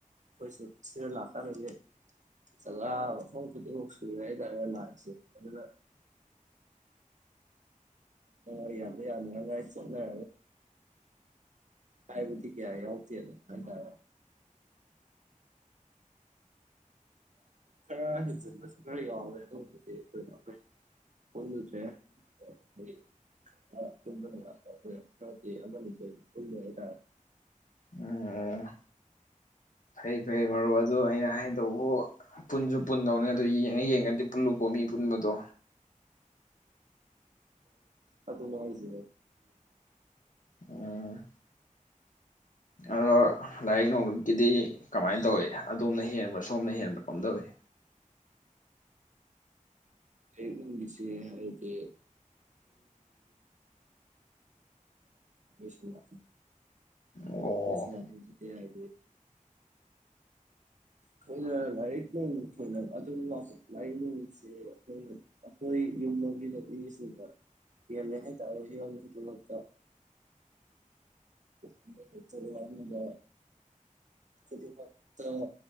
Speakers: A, on the right; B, on the left.
A: ꯀꯣꯏꯁꯨ ꯁꯤꯔ ꯂꯥꯛꯀꯔꯦ ꯁ ꯋꯥꯐꯝꯐꯝ ꯐꯗꯤꯃ ꯁꯨ ꯌꯥꯏ ꯇꯔ ꯂꯥꯛꯁꯤꯦ ꯑꯗꯨꯅ ꯑ ꯌꯥꯗ ꯀꯏ ꯆꯗ ꯀꯥꯏꯕꯨꯤ ꯀꯌꯥ ꯑꯇ ꯈꯔ ꯍꯦꯟꯖꯤꯟꯕꯁꯨ ꯈꯔ ꯌꯥꯎꯋꯦ ꯑꯗꯨꯕꯨꯗꯤ ꯑꯩꯣꯏꯅ ꯑꯩꯈꯣꯏ ꯐꯗꯨꯁꯦ ꯍꯣꯏꯥꯛ ꯄꯨ ꯍꯥꯏꯇꯥ
B: ꯎꯝ ꯑꯣ ꯐꯩ ꯐꯩ ꯃꯔꯨꯞ ꯑꯗꯨ ꯑꯩꯅ ꯍꯥꯏꯗꯧꯕ ꯄꯨꯟꯁꯨ ꯄꯨꯟꯗꯧꯅꯦ ꯑꯗꯨ ꯌꯦꯡꯉ ꯌꯦꯡꯉꯗꯤ ꯄꯨꯜꯂꯨꯀꯣ ꯃꯤ ꯄꯨꯟꯕꯗꯣ
A: ꯑ ꯑꯗꯨ ꯂꯉ ꯍꯥꯏꯖ
B: ꯎꯝ ꯑꯗꯣ ꯂꯥꯏꯔꯤꯛ ꯅꯣꯡꯃꯤꯒꯤꯗꯤ ꯀꯃꯥꯏꯅ ꯇꯧꯏ ꯑꯗꯣꯝꯅ ꯍꯦꯟꯕ꯭ꯔꯥ ꯁꯣꯝꯅ ꯍꯦꯟꯕ꯭ꯔꯥ ꯀꯝ ꯇꯧꯏꯤ
A: ꯑꯩ ꯌꯨꯝꯒꯤꯁꯤ ꯍꯥꯏꯒꯦ ꯑꯩꯈꯣꯏꯅ
B: ꯑꯣ
A: ꯀꯁꯨ ꯂ ꯍꯥꯏ ꯑꯩꯈꯣꯏꯅ ꯂꯥꯏꯠꯅꯤꯡꯣꯏꯅ ꯑꯗꯨꯝ ꯂꯥꯏꯅꯤꯡꯁꯦ ꯑꯩꯈꯣꯏꯅ ꯑꯩꯈꯣꯏ ꯌꯨꯝ ꯃꯅꯨꯡꯒꯤ ꯅꯨ ꯃꯤꯁꯤꯡꯅ ꯍꯦꯜꯂꯦ ꯍꯥꯏꯇꯥꯔꯦ ꯌꯔꯣꯡ ꯈꯨꯗꯤꯡꯃꯛꯇ ꯑꯗꯨꯗꯤ ꯇ ꯋꯥꯝꯕ ꯑꯗꯨꯗꯤꯃꯛꯇ